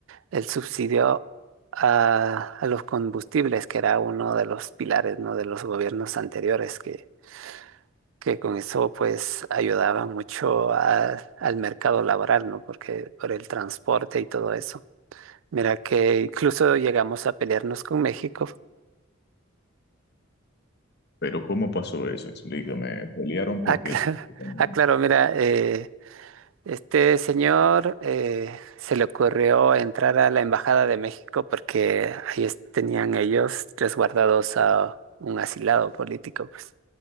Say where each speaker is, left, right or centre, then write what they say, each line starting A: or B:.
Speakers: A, on the right; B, on the left.
A: el subsidio a, a los combustibles, que era uno de los pilares, ¿no? de los gobiernos anteriores que, que con eso pues ayudaba mucho a- al mercado laboral, ¿no? porque por el transporte y todo eso. Mira que incluso llegamos a pelearnos con México.
B: Pero ¿cómo pasó eso? Explícame, ¿pelearon por
A: Ah, cla-
B: qué
A: <laughs>
B: específicamente?
A: ah, claro, mira, eh, este señor eh, se le ocurrió entrar a la Embajada de México porque ahí es- tenían ellos resguardados a un asilado político, pues.